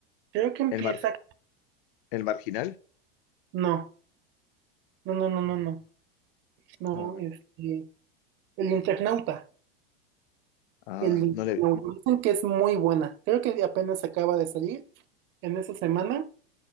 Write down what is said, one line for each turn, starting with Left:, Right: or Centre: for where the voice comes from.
Right: Creo que empieza.
Left: ¿El mar, el marginal?
Right: No, no, no, no, no,
Left: Mm,
Right: no. No,
Left: A ver.
Right: este. El Internauta.
Left: Ah,
Right: El Internauta.
Left: no le vi.
Right: Dicen que es muy buena. Creo que apenas acaba de salir en esa semana,